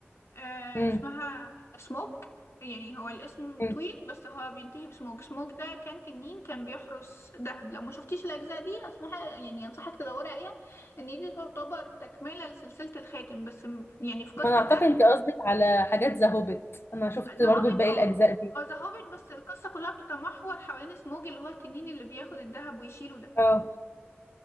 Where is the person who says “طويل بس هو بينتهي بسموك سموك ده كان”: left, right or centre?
Left